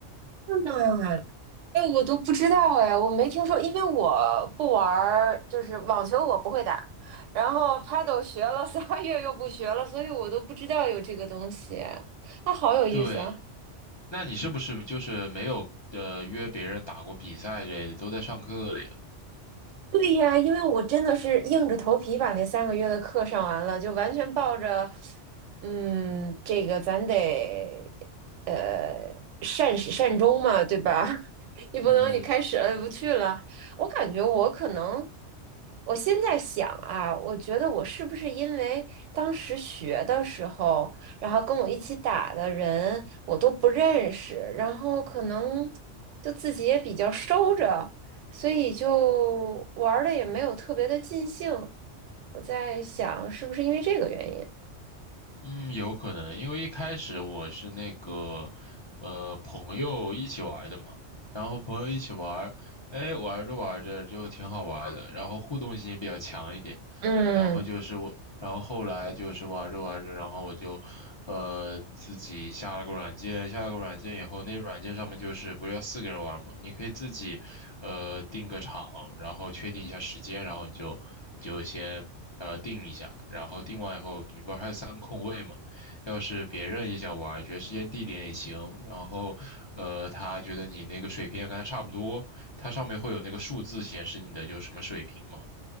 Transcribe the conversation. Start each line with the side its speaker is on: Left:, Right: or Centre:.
Right: 那。哎，我都不知道哎，我没听说，因为我不玩儿，就是网球我不会打，然后 Paddle 学了仨 <laughs> 月又不学了，所以我都不知道有这个东西，它好有意思啊！
Left: 对，那你是不是就是没有呃约别人打过比赛之类的，都在上课了呀？
Right: 对呀，因为我真的是硬着头皮把那三个月的课上完了，就完全抱着，嗯，这个咱得，呃，善始善终嘛，对吧？<laughs> 你不能你开始了不去了。
Left: 嗯哼。
Right: 我感觉我可能，我现在想啊，我觉得我是不是因为当时学的时候，然后跟我一起打的人我都不认识，然后可能就自己也比较收着。所以就玩的也没有特别的尽兴。我在想，是不是因为这个原因？
Left: 嗯，有可能，因为一开始我是那个，呃，朋友一起玩的嘛，然后朋友一起玩，哎，玩着玩着就挺好玩的，然后互动性比较强一点。
Right: 嗯，
Left: 然后就是我，然后后来就是玩着玩着，然后我就，呃，自己下了个软件，下了个软件以后，那软件上面就是不是要四个人玩嘛，你可以自己，呃，定个场，然后确定一下时间，然后你就你就先呃定一下，然后定完以后，你不是还有三空位嘛，要是别人也想玩，觉得时间地点也行，然后呃他觉得你那个水平也跟他差不多，它上面会有那个数字显示你的就什么水平嘛。